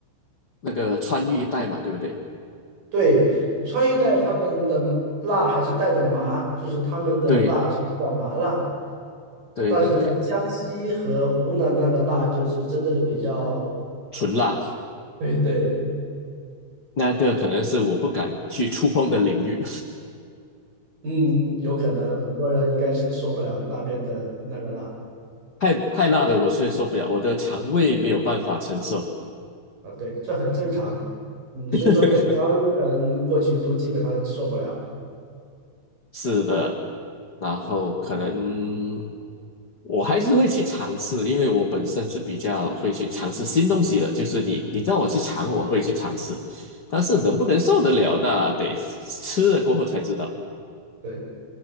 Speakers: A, on the left (about 80°); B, on the right (about 50°).
A: 那个川渝一带嘛，对不对？
B: 对，川渝带他们的辣还是带着麻，就是他们的辣是比较麻辣，
A: 对对对对，
B: 但是在江西和湖南那个辣就是真正的比较，
A: 纯辣
B: 对对，
A: 那个可能是我不敢去触碰的领域，
B: 嗯，有可能很多人应该是受不了那边的那个辣
A: <laughs> 太太辣的我是受不了，我的肠胃没有办法承受。
B: 啊，对，这很正常，嗯，所以说北方人过去都基本上受不了，
A: <laughs> 是的，然后可能我还是会去尝试，因为我本身是比较会去尝试新东西的，就是你你让我去尝，我会去尝试，但是能不能受得了，
B: 嗯，
A: 那得吃了过后才知道。
B: 对。